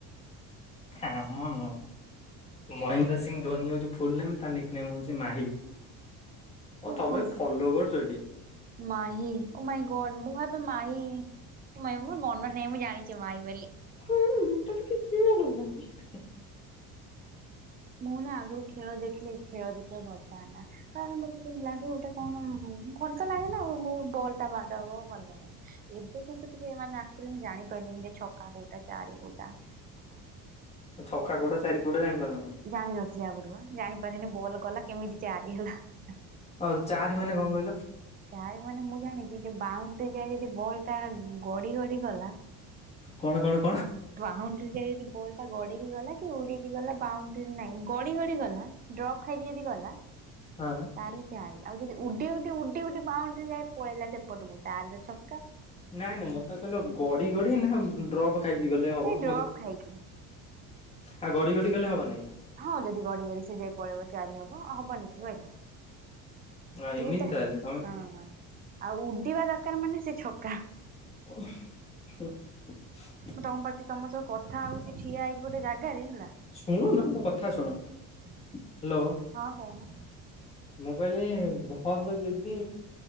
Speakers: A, on the left (about 15°); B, on the right (about 25°).
A: ହାଁ ମୁନୁ। ମହେନ୍ଦ୍ର ସିଂହ ଧୋନି ହଉଛି ତା ଫୁଲ ନେମ୍ ତା ନିକ୍ ନେମ୍ ହଉଛି ମାହି। ହଁ
B: ଓହୋ
A: ତମେ ଫଲୋ କରୁଚ ଏଠି।
B: ମାହି ଓ ମାଈ ଗଡ୍ ମୁଁ ଭାବେ ମାଇ <unintelligible> ମୋର ମନ ନାହିଁ ମୁଁ ଜାଣିଛି ମାଇ ବୋଲି।
A: ଆଉ କଣ <unintelligible>
B: ମୁଁ ନା ଆଗରୁ ଖେଳ ଦେଖିଲେ ଖେଳ ଦେଖିବାକୁ ଭଲ ପାଏନା। କାରଣ ମୋତେ କେମତି ଲାଗେ ଗୋଟେ କଣ ଭଲ ତ ଲାଗେନା ଆଉ ମୋ ବଲ୍ ଟା ବାଡ ହବ ଭଲ ଲାଗେନା। ଏବେ କିନ୍ତୁ ଟିକେ ମାନେ ଅକ୍ଚୁଆଲି ମୁଁ ଜାଣି ପାରିଲିନି ଯେ ଛକା କୋଉଟା ଚାରି କୋଉଟା। ଆଉ
A: ଛକା କଉଟା ଚାରି କୋଉଟା ଜାଣି ପାରିଲୁନୁ?
B: ଜାଣିିନଥିଲି ଆଗରୁ ବା ଜାଣିପାରେନି ବଲ୍ ଗଲା କେମିତି ଚାରି ହେଲା।
A: ହଉ ଚାରି ମାନେ କଣ କହିଲ?
B: ଚାରି ମାନେ ମୁଁ ଜାଣିଛି ଯେ ବାଉଣ୍ଡ୍ରି ଯାଏ ଯଦି ବଲ୍ ଟା ଗଡି ଗଡି ଗଲା।
A: କଣ କଣ?
B: <unintelligible> ବଲ୍ ଟା ଗଡିକି ଗଲା କି ଉଡିକି ଗଲା ବାଉଣ୍ଡ୍ରି ନାଇଁ ଗ ଗଡି ଗଲା ଡ୍ରପ୍ ଖାଇକି ଯଦି ଗଲା।
A: ହଁ
B: ତାହେଲେ ଚାରି ଆଉ ଯଦି ଉଡି-ଉଡି-ଉଡି ବାଉଣ୍ଡ୍ରି ଯାଏ ପଳେଇଲା। ସେପଟକୁ ତାଆଲେ ଛ
A: ନାଇଁ ନାଇଁ ମତେ କହିଲ ଗଡି ଗଡି ନା ଡ୍ରପ୍ ଖାଇକି ଗଲେ ହବ
B: ସେ ଡ୍ରପ୍
A: ମତେ
B: ଖାଇକି
A: ଆଉ ଗଡି-ଗଡି ଗଲେ ହବନାଇ।
B: ହଁ ଯଦି ଗଡି-ଗଡି ସେ ଯାଇ ପଳେଇବ ଚାରି ହବ ଆଉ ହବନି କି କହିଲା?
A: ଆ ଏମିତି
B: ଦିଟା
A: ତାହେଲେ ତମେ
B: ହଁ ଆଉ ଉଡିବା ଦରକାର ମାନେ ସେ ଛକା।
A: ଓ <unintelligible>
B: ତମ ପାଖି ତମ ସହ କଥା ହଉଛି ଠିଆ ହେଇକି ଗୋଟେ ଜାଗାରେ ହେଲା।
A: ଶୁଣୁନ ମୋ କଥା ଶୁଣ। ହ୍ୟାଲୋ
B: ହଁ କହୁନ।
A: ମୁଁ କହିଲି ବଲ ଯଦି